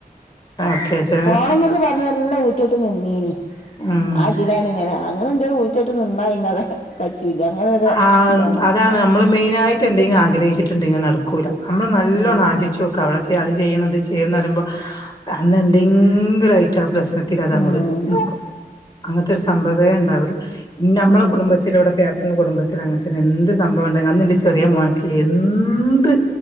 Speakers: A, on the left (about 25°); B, on the left (about 45°).
A: വെക്കേഷന്
B: പോണന്നൊക്കെ പറഞ്ഞ് നല്ല ഊറ്റത്തിനിന്നീനി
A: ഉം
B: ആ ഇതിലാണ് ഇങ്ങനെ അങ്ങനെ എന്തേ ഊറ്റായിട്ട്നിന്നാ പിന്നെ അത് കച്ചൂല്ല അങ്ങനൊരു
A: ആഹ്
B: ഇതാണ്
A: അതാണ് നമ്മള് മെയിനായിട്ട് എന്തെങ്കി ആഗ്രഹിച്ചിട്ടുണ്ടെങ്കി അത് നടക്കൂല നമ്മള് നല്ലോണം
B: ഉം
A: ആശിച്ചോക്ക് അവിടെ ചെയ്യ് അത് ചെയ്യ് ചെയ്യ്ന്ന് പറയുമ്പോ അന്ന് എന്തെങ്കിലായിട്ട് ആ പ്രശ്നത്തിൽ അത്ങ്ങോട്
B: ഉം
A: നിക്കും. അങ്ങനത്തെ ഒരു സംഭവേ ഉണ്ടാവൂല ഞമ്മളെ
B: ഉം
A: കുടുംബത്തിൽ ഇവിടെ <unintelligible> കുടുംബത്തിൽ അങ്ങനതന്നെ എന്ത് സംഭവണ്ടങ്കിലും അന്നിന്റെ ചി ചെറിയ മോനിക്ക് എന്ത്,